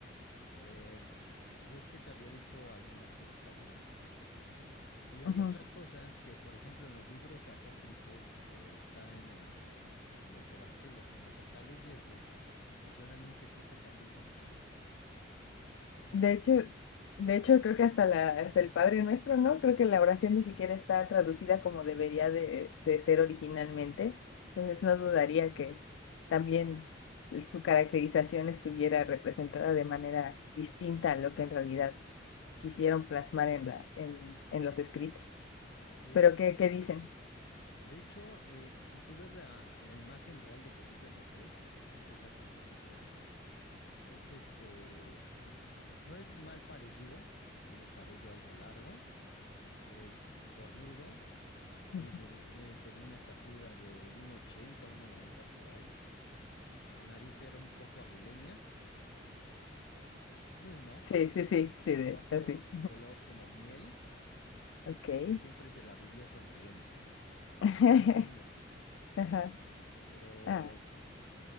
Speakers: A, on the left; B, on the left.
A: Em, ves que te había dicho algunas cosas que había mencionado Jesús, ¿no? Y hay
B: Ujú.
A: otras cosas que, por ejemplo, en los libros apócrifos que están eh, en los evangelios que no acepta la iglesia, mencionan un Jesús totalmente diferente al que
B: De
A: menciona
B: hecho, de hecho, creo que hasta la, hasta el Padre Nuestro, ¿no? Creo que la oración ni siquiera está traducida como debería de, de ser originalmente. Entonces no dudaría que también su caracterización estuviera representada de manera distinta a lo que en realidad quisieron plasmar en la, en, en los escritos.
A: Así
B: Pero
A: es.
B: ¿qué, qué dicen?
A: De hecho, eh, si tú ves la, la imagen real de Jesús de Nazaret, sí te saca un poquito de onda. Es este, mm, no es mal parecido, tiene cabello algo largo, es fornido, mide-
B: Ujú.
A: eh, tenía una estatura de uno ochenta, uno noventa por ahí. La nariz era un poco aguileña, ¿m? <laughs> ¿no?
B: Sí, sí, sí, sí, de,
A: Ojos
B: así.
A: color como miel
B: Ok.
A: y siempre se la vivía sonriendo.
B: <laughs>
A: Era como un niño,
B: Ajá.
A: pero
B: Ah,